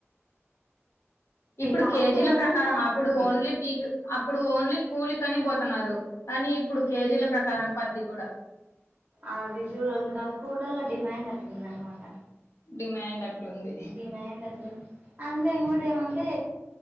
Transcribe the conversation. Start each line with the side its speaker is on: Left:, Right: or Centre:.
Left: ఇప్పుడు
Right: లాస్ట్
Left: కేజీల
Right: టైం అన్నా
Left: ప్రకారం
Right: కాపు
Left: అప్పుడు
Right: ఉంది
Left: ఓన్లీ పీకు అప్పుడు ఓన్లీ కూలికని పోతున్నారు కానీ ఇప్పుడు కేజీల ప్రకారం పత్తి కూడా
Right: ఆ రిజుల్ ఇంకా కూలల్లో డిమాండ్ అట్లా ఉందన్నమాట
Left: డిమాండ్ అట్లుంది
Right: డిమాండ్ అట్లు ఉంది అమ్మ ఇంకోటి ఇమ్మంది